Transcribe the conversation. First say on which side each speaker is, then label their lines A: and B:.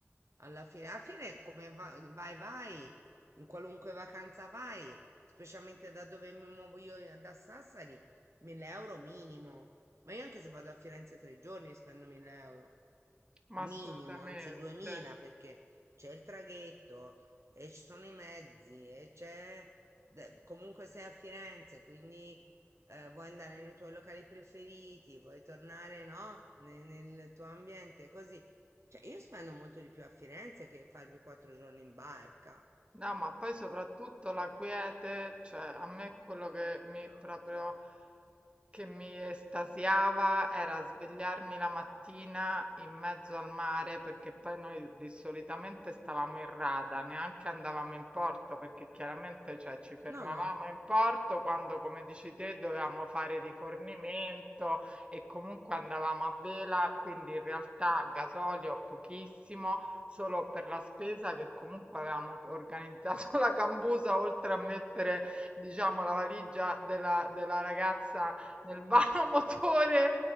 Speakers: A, on the right; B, on the right.
A: alla fine, alla fine come va- vai, vai, in qualunque vacanza vai, specialmente da dove mi muovo io eh, da Sassari, 1000 euro minimo. Ma io anche se vado a Firenze tre giorni spendo 1000 euro
B: ma
A: minimo,
B: assolutamente.
A: anzi 2000 perché c'è il traghetto e ci sono i mezzi e c'è de- comunque sei a Firenze, quindi eh, vuoi andare nei tuoi locali preferiti, vuoi tornare, no? Ne- Nel, tuo ambiente, così. Cioè, io spendo molto di più a Firenze che farmi quattro giorni in barca.
B: No, ma poi soprattutto la quiete, cioè, a me è quello che mi
A: No,
B: proprio Che mi estasiava era svegliarmi la mattina in mezzo al mare, perché poi noi di solitamente stavamo in rada, neanche andavamo in porto, perché chiaramente, cioè, ci fermavamo
A: no, no.
B: in porto quando, come dici te, dovevamo fare rifornimento e comunque andavamo a vela, quindi in realtà gasolio pochissimo, solo per la spesa che comunque avevamo organizzato <laughs> la cambusa, oltre a mettere, diciamo, la valigia della della ragazza nel <laughs> vano motore